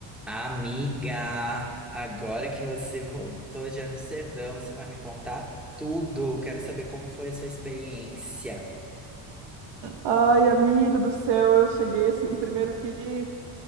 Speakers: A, in the centre; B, on the right.
A: Amiga, agora que você voltou de Amsterdã, você vai me contar tudo. Quero saber como foi a sua experiência.
B: Ai, amigo do céu, eu cheguei assim, primeiro que